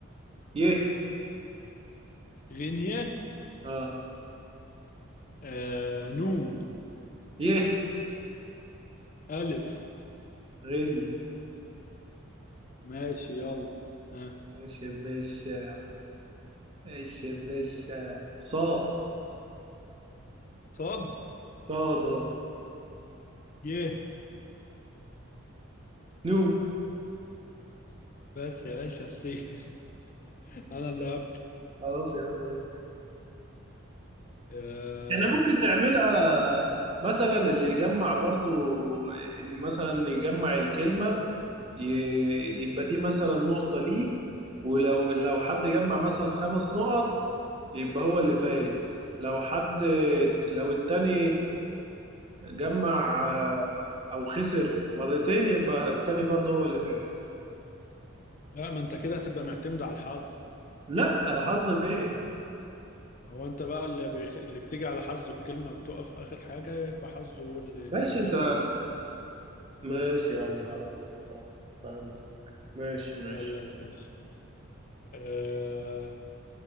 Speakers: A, on the right; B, on the left.
A: يه
B: غينية
A: اه
B: آه نون
A: يه
B: ألف
A: غينيا
B: ماشي يلا ها
A: ماشي يا باشا ماشي يا باشا صا
B: صد
A: صاد
B: يه
A: نو
B: بس يا باشا الصين <laughs> أنا اللي هبدأ
A: خلاص يا عم
B: آه
A: احنا ممكن نعملها مثلا اللي يجمع برضو ان مثلا يجمع الكلمة ي- يبقى دي مثلا نقطة ليه ولو لو حد جمع مثلا خمس نقط يبقى هو اللي فايز لو حد لو التاني جمع آه، او خسر مرتين يبقى التاني برضه هو اللي فايز
B: لا ما أنت كده هتبقى معتمد على الحظ
A: لا حظ فين
B: هو أنت بقى اللي بيخ... اللي بتيجي على حظه بكلمة بتقف آخر حاجة يبقى حظه هو اللي
A: ماشي انت
B: ياخد النقطة
A: ماشي يا عم خلاص انا فاهم فهمت ماشي ماشي
B: يلا يا باشا آه